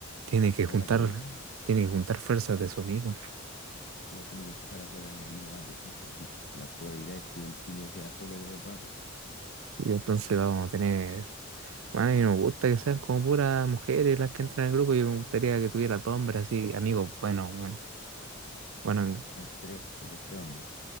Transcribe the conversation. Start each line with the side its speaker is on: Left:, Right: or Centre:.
Right: Tiene que
Left: está
Right: juntar,
Left: en la Academia.
Right: tiene que juntar fuerzas de su amigo.
Left: Sí, pues tiene que empezar a hacer un equipo más decente, pues si la pobre idea es que el tipo sea solo todo el rato.
Right: Y entonces vamos a tener. Bueno, a mí no me gusta que sean como puras mujeres las que entran al grupo. Yo me gustaría que tuviera todo hombre así, amigos, bueno, bueno, bueno, amigo.
Left: están tres y los tres hombres.